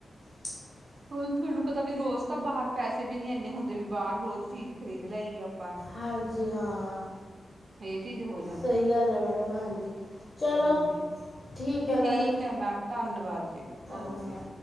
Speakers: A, on the left; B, on the right.
A: <inaudible>
B: ਉਹੀ ਤੁਹਾਨੂੰ ਪਤਾ ਵੀ ਰੋਜ਼ ਤਾਂ ਬਾਹਰ ਪੈਸੇ ਵੀ ਨੀ ਇੰਨੇ ਹੁੰਦੇ ਵੀ ਬਾਹਰ ਰੋਜ਼ ਚੀਜ਼ ਖਰੀਦ ਲੈਏ ਅਪ
A: ਹਾਂਜੀ ਹਾਂ
B: ਇਹ ਚੀਜ਼ ਹੋ
A: ਸਹੀ ਗੱਲ ਐ ਮੈਡਮ ਹਾਂਜੀ ਚਲੋ
B: ਪੈਣ ਜੀ
A: ਹੈ
B: ਠੀਕ
A: ਮੈਡਮ
B: ਐ ਮੈਮ ਧੰਨਵਾਦ ਜੀ
A: ਧੰਨਵਾਦ
B: ਓਕੇ